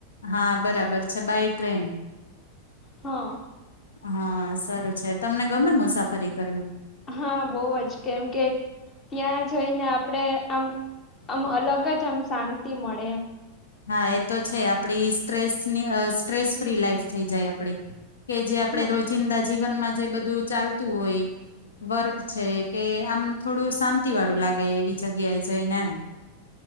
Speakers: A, on the left; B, on the left.
A: હા બરાબર છે બાય ટ્રેન.
B: હા
A: હા. સારું છે તમને ગમે મુસાફરી કરવી.
B: હા બઉજ કેમ કે ત્યાં જઈને આપણેે આમ આમ અલગ જ આમ શાંતિ મળે એમ.
A: હા એ તો છે આપડી સ્ટ્રેસની સ્ટ્રેસ ફ્રી લાઈફ થઈ જાય આપડી. કે જે આપડે
B: હા
A: રોજિંદા જીવનમાં જે બધું ચાલતું હોય, વર્ક છે કે આમ થોડું શાંતિ વાળું લાગે એવી જગ્યા એ જઈને એમ.